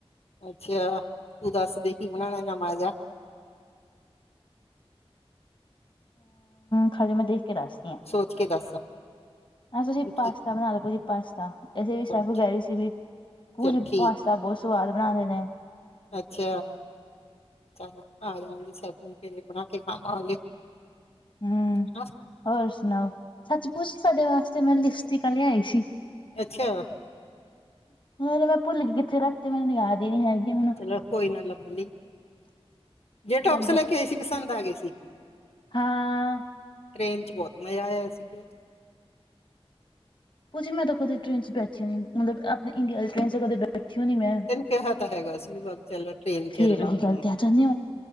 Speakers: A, on the left (about 75°); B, on the left (about 50°).
A: ਅੱਛਾ ਤੂੰ ਦੱਸਦੇ, ਕੀ ਬਣਾਣਾ ਨਮਾ ਜਾ।
B: ਖੜਜਾ ਮੈਂ, ਦੇਖਕੇ ਦੱਸ
A: ਸੋਚਕੇ ਦੱਸ?
B: ਅੱਛਾ, ਤੁਸੀਂ
A: ਵੀ
B: ਪਾਸਤਾ
A: ਕੀ
B: ਬਣਾਲੋ, ਤੁਸੀ ਪਾਸਤਾ ਵੈਸੇ ਵੀ
A: ਚੱਲ
B: ਸੈਫੁ ਕਹਿ ਰਹੀ ਸੀ ਵੀ
A: ਚੱਲ
B: ਭੂਜੀ,
A: ਠੀਕ
B: ਪਾਸਤਾ ਬਹੁਤ ਸਵਾਦ ਬਣਾਂਦੇ ਨੇ।
A: ਅੱਛਾ। ਚ ਆ ਜਾਓਗੇ, ਸੈਫੁ ਬਣਾਕੇ ਖਾਵਾਂਗੇ।
B: ਹੂੰ,
A: ਹਨਾ
B: ਹੋਰ ਸੁਣਾਓ? ਸੱਚ ਪੁਛ ਸਾਡੇ ਵਾਸਤੇ ਮੈਂ ਲਿਪਸਟਿਕਾਂ ਲਿਆਈ ਸੀ।
A: ਅੱਛਾ!
B: ਮੈਂ, ਭੁੱਲਗੀ ਕਿੱਥੇ ਰੱਖ ਤੇ, ਮੈਨੂੰ ਯਾਦ ਹੀ ਨੀ ਹੈਗੀਆਂ ਹੁਣ।
A: ਚਲੋ ਕੋਈ ਨਾ ਲੱਭ ਲੀ, ਜੇ ਟੋਪਸ
B: ਹਾਂਜੀ
A: ਲੈਕੇ ਆਏ ਸੀ, ਪਸੰਦ ਆਗੇ‌ ਸੀ।
B: ਹਾਂ।
A: ਟ੍ਰਰੇਨ'ਚ ਬਹੁਤ ਮਜ਼ਾ ਆਇਆ, ਸੀਗਾ।
B: ਭੁਜੀ ਮੈਂ ਤਾਂ ਖੁਦੀ ਟ੍ਰੇਨ'ਚ ਬੈਠੀ ਹੋਈ ਆਂ, ਮਤਲਬ ਇੰਡੀਆ‌ ਵਾਲੀ ਟ੍ਰੇਨ'ਚ ਕਦੇ ਬੈਠੀ ਓ ਨੀ ਮੈਂ,
A: ਤੈਨੂੰ ਕਿਹਾ ਤਾਂ ਹੈਗਾ ਸੀ ਵੀ ਵਗ ਚੱਲ ਟ੍ਰੇਨ
B: ਫੇਰ
A: ਚ ਲਾਂਗੇ
B: ਉਹੀ ਗੱਲ ਤੇ ਆ ਜਾੰਦੇ ਹੋ।